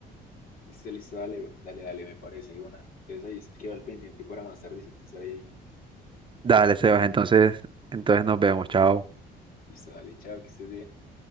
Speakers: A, on the left (about 60°); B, on the right (about 30°).
A: Listo, listo, dale, dale, dale, me parece, de una. Entonces ahí queda el pendiente para más tardecito estar ahí
B: Dale, Sebas,
A: juicioso.
B: entonces, entonces nos vemos, chao.
A: Listo, dale, chao, que estés bien.